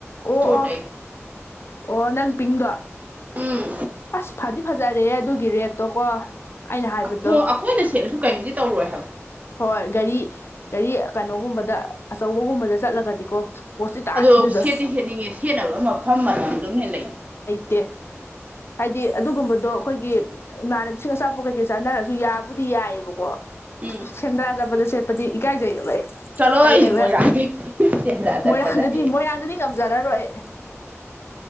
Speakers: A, on the left; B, on the right.
A: ꯑꯣ
B: ꯏꯁꯇꯣꯔꯗꯩ
A: ꯑꯣ ꯑꯣ ꯅꯪ ꯄꯤꯡꯗꯣ
B: ꯎꯝ
A: ꯑꯁ ꯐꯗꯤ ꯐꯖꯔꯦ ꯑꯗꯨꯒꯤ ꯔꯦꯠꯇꯣ ꯀꯣ ꯑꯩꯅ ꯍꯥꯏꯕꯗꯣ
B: ꯑꯩꯈꯣꯏꯅ ꯁꯦꯠꯂꯁꯨ ꯀꯔꯤꯝꯗꯤ ꯇꯧꯔꯣꯏ ꯍꯥꯏꯕ
A: ꯍꯣꯏ ꯒꯥꯔꯤ ꯒꯥꯔꯤ ꯀꯩꯅꯣꯒꯨꯝꯕꯗ ꯑꯆꯧꯕꯒꯨꯝꯕꯗ ꯆꯠꯂꯒꯗꯤꯀꯣ ꯄꯣꯁꯇꯤ ꯇꯥꯛꯑꯅꯤ
B: ꯑꯗꯣ
A: ꯑꯗꯨꯗꯣ
B: ꯁꯦꯠꯇꯤ ꯁꯦꯠꯅꯤꯡꯉꯦ ꯁꯦꯠꯅꯕ ꯃꯐꯝ ꯃꯇꯝꯗꯨꯅ ꯍꯦꯟꯅ ꯂꯩ
A: ꯇꯦ ꯍꯥꯏꯗꯤ ꯑꯗꯨꯒꯨꯝꯕꯗꯣ ꯑꯩꯈꯣꯏꯒꯤ ꯏꯃꯥꯟꯅꯕꯤꯁꯤꯡ ꯑꯆꯥꯄꯣꯠ ꯀꯩꯀꯩ ꯆꯠꯅꯔꯁꯨ ꯌꯥꯕꯨꯗꯤ ꯌꯥꯏꯌꯦꯕꯀꯣ
B: ꯎꯝ
A: ꯁꯦꯟꯗ꯭ꯔꯥ ꯆꯠꯄꯗ ꯁꯦꯠꯄꯗꯤ ꯏꯀꯥꯏꯖꯩꯑꯦꯕ ꯑꯩ
B: ꯆꯠꯂꯣꯍꯦ
A: ꯇꯜꯂꯦꯕ
B: ꯃꯣꯏꯔꯥꯡꯗꯩ ꯁꯦꯟꯗ꯭ꯔꯥ ꯆꯠꯄꯗ
A: ꯃꯣꯏꯔꯥꯡꯗꯨꯗꯤ
B: ꯑꯩ
A: ꯃꯣꯏꯔꯥꯡꯗꯨꯗꯤ ꯉꯝꯖꯔꯔꯣꯏ ꯑꯩ